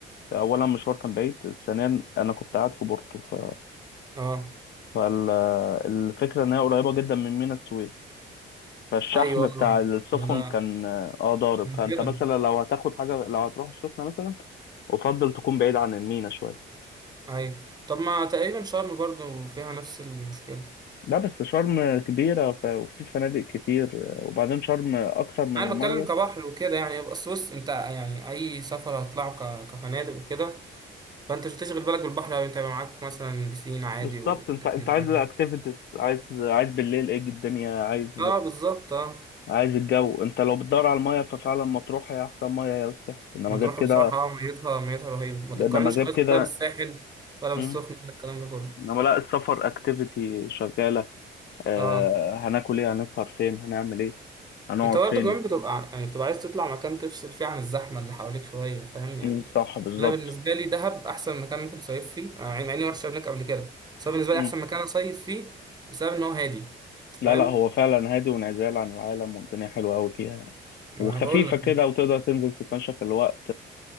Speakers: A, on the left; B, on the right.
A: اولا مشوار كان بعيد ثانيا انا كنت قاعد في بورتو ف...
B: اه
A: فالفكره ان هي قريبه جدا من ميناء السويس فالشحم
B: ايوه
A: بتاع السفن
B: لا
A: كان اه ضارب
B: عشان
A: فانت
B: كده
A: مثلا لو هتاخد حاجه لو هتروح السخنه مثلا افضل تكون بعيد عن المينا شويه
B: ايوه طب ما تقريبا شرم برضو فيها نفس المشكله
A: لا بس شرم كبيره ف... وفي فنادق كتير وبعدين شرم اكثر من
B: انا
A: الميه
B: بتكلم كبحر وكده يعني بس بص انت يعني اي سفر هتطلعه ك- كفنادق وكده فانت مش هتشغل بالك بالبحر او انت يبقى معاك مثلا بسين عادي
A: بالظبط
B: والدنيا
A: انت انت
B: تمام
A: عايز اكتيفيتيز عايز عايز بالليل ايه الدنيا عايز
B: اه بالظبط اه
A: عايز الجو انت لو بتدور على الميه ففعلا مطروح هي احسن ميه يا الساحل انما
B: مطروح
A: غير كده
B: بصراحه اه ميتها ميتها رهيبه ما تتقارنش
A: انما غير
B: خالص
A: كده
B: بقى بالساحل ولا
A: مم.
B: بالسخنه ولا الكلام ده كله
A: انما لا السفر اكتيفيتي شغاله آه
B: اه
A: هناكل ايه هنسهر فين هنعمل ايه هنقعد
B: انت برضه
A: فين
B: كمان بتبقى يعني بتبقى عايز تطلع مكان تفصل فيه عن الزحمه اللي حواليك شويه فاهم يعني
A: مم، صح بالظبط
B: انا بالنسبه لي دهب احسن مكان ممكن تصيف فيه انا مع اني ما رحتش هناك قبل كده بس هو بالنسبه
A: مم.
B: لي احسن مكان اصيف فيه بسبب ان هو هادي انت فاهم
A: لا لا هو فعلا هادي وانعزال عن العالم والدنيا حلوة قوي فيها يعني.
B: ما
A: وخفيفة
B: بقول لك
A: كده وتقدر تنزل تتمشى في الوقت